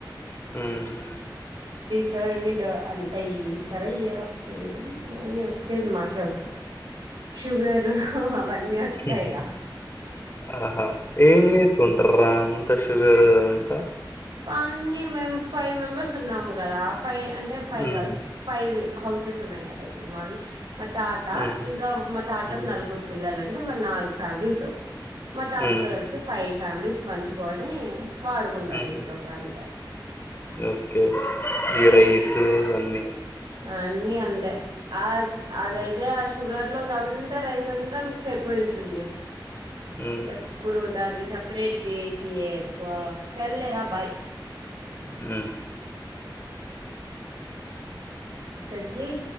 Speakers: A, on the left; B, on the right.
A: హ్మ్ము
B: ఈ సారి అన్ని అంతా ఇ ఇస్తారో ఇయ్యరో తెలీదు అన్నీ వచ్చేది మాకే వస్తాది షుగరు అవన్నీ వస్తాయిగా
A: ఏంది? ఆహా ఏం చేస్తుంటార్రా అంత షుగర్ అంతా
B: అన్ని మెం ఫైవ్ మెంబర్స్ ఉన్నాము కదా ఫైవ్ అంటే ఫైవ్
A: హ్మ్.
B: కదు ఫైవ్ హౌసెస్ ఉన్నాయి కదా ఇప్పుడు మావి మా తాత
A: హ్మ్.
B: ఇంకా మా తాత
A: హ్మ్.
B: నలుగురు పిల్లలు అంటే మ నాలుగు ఫ్యామిలీస్ మా తాతతో
A: హ్మ్.
B: కలిపితే ఫైవ్ ఫ్యామిలీస్ పంచుకొని వాడుకుంటారు
A: హ్మ్.
B: ఇంట్లోకి అంతే
A: ఓకే ఈ రైస్ అన్నీ
B: అన్నీ అంతే ఆ అదైతే
A: హ్మ్.
B: ఆ షుగర్ అలో అంతా రైస్ అంతా మిక్స్ అయిపోయి ఉంటుంది
A: హ్మ్.
B: ఎప్పుడు దాని స స్ప్రెడ్ చేసి సర్లే రా బాయ్
A: హుమ్
B: కట్ చెయ్